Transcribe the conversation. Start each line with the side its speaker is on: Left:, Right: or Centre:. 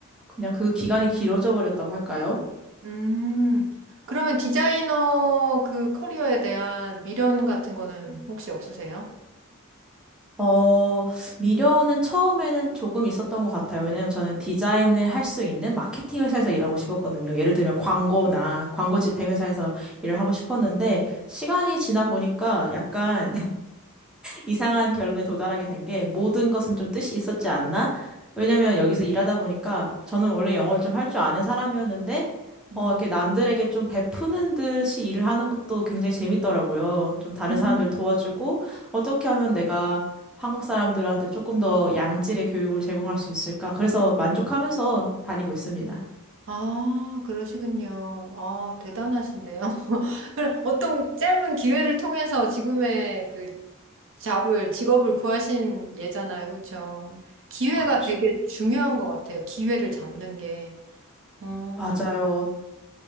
Centre: 그냥 그 기간이 길어져 버렸다고 할까요?
Right: 음, 그러면 디자이너 그 커리어에 대한 미련 같은 거는 혹시 없으세요?
Centre: 어, 미련은 처음에는 조금 있었던 것 같아요. 왜냐면 저는 디자인을 할 수 있는 마케팅 회사에서 일하고 싶었거든요. 예를 들면 광고나 광고 집행 회사에서 일을 하고 싶었는데 시간이 지나 보니까 약간 이상한 결론에 도달하게 된 게 모든 것은 좀 뜻이 있었지 않나? 왜냐면
Right: 음,
Centre: 여기서 일하다 보니까 저는 원래 영어를 좀 할 줄 아는 사람이었는데
Right: 음,
Centre: 어, 이렇게 남들에게 좀 베푸는 듯이 일을 하는 것도 굉장히 재밌더라고요. 좀 다른
Right: 음.
Centre: 사람들 도와주고 어떻게 하면 내가 한국 사람들한테 조금 더 양질의 교육을 제공할 수 있을까? 그래서 만족하면서 다니고 있습니다.
Right: 아, 그러시군요. 아, 대단하신데요. <laughs> 그럼 어떤 짧은 기회를 통해서 지금의 그 잡을, 직업을 구하신 예잖아요. 그쵸? 기회가
Centre: 그렇죠.
Right: 되게 중요한 것 같아요. 기회를 잡는 게. 어,
Centre: 맞아요.